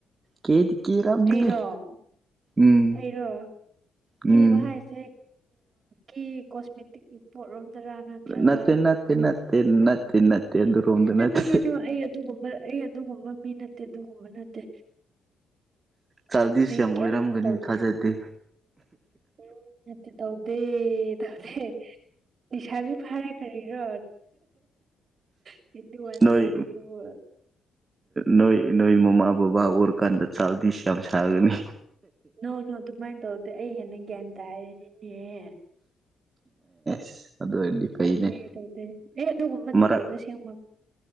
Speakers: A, on the right; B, on the right.
A: ꯀꯦꯗꯤ ꯀꯦꯔꯝꯅꯤ
B: ꯑꯩꯔꯣ
A: ꯎꯝ
B: ꯑꯩꯔꯣ
A: ꯎꯝ
B: ꯀꯦꯕ ꯍꯥꯏꯁꯦ ꯀꯦ ꯀꯣꯁꯃꯦꯇꯤꯛꯀꯤ ꯄꯣꯠꯔꯣ ꯭ꯔ ꯅꯠꯇ꯭ꯔꯒ
A: ꯅꯠꯇꯦ ꯅꯠꯇꯦ ꯅꯠꯇꯦ ꯅꯠꯇꯦ ꯅꯠꯇꯦ ꯑꯗꯨꯔꯣꯝꯗ
B: ꯅꯣꯅꯣꯅꯣꯅꯣ
A: ꯅꯠꯇꯦ
B: ꯑꯩ ꯑꯗꯨꯒꯨꯝꯕ ꯃꯤ ꯅꯠꯇꯦ ꯑꯗꯨꯒꯨꯝꯕ ꯅꯠꯇꯦ
A: ꯆꯥꯢꯜꯗꯤꯁ
B: ꯑꯩ
A: ꯌꯥꯝ
B: ꯀꯩꯝ
A: ꯑꯣꯏꯔꯝꯒꯅꯤ
B: ꯇꯧꯗꯦ
A: ꯊꯥꯖꯗꯦ
B: ꯎꯝ ꯃꯠꯇꯦ ꯇꯧꯗꯦ ꯇꯗꯦ ꯅꯤꯁꯥꯕꯤ ꯐꯥꯔꯦ ꯀꯔꯤꯔꯣ ꯇꯨꯢꯟꯇꯤ ꯋꯥꯟ
A: ꯅꯣꯏ
B: ꯁꯨꯔꯦ ꯍꯣꯏ
A: ꯅꯣꯏ ꯅꯣꯏ ꯃꯃꯥ ꯕꯕꯥ ꯎꯔꯀꯥꯟꯗ ꯆꯥꯗꯤꯁ ꯌꯥꯝ ꯁꯥꯒꯅꯤ
B: ꯅꯨꯅꯨ ꯑꯗꯨꯃꯥꯏꯅ ꯇꯧꯔꯗꯤꯦ ꯑꯩ ꯍꯦꯟꯅ ꯒ꯭ꯌꯥꯟ ꯇꯥꯔꯅꯦꯍ
A: ꯁ ꯑꯗꯗꯤ ꯄꯥꯏꯩꯅ
B: ꯇꯧꯗꯦ ꯇꯧꯗꯦ ꯑꯦ ꯑꯗꯨꯒꯨꯝꯕꯗꯤ
A: ꯃꯔ
B: ꯇꯧꯗꯦ ꯑꯁꯦꯡꯕ